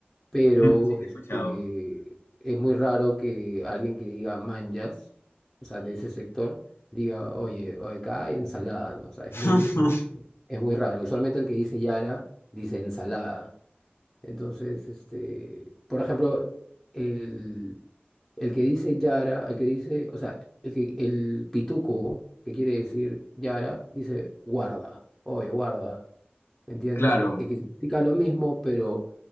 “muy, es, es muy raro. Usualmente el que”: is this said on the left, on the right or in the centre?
Centre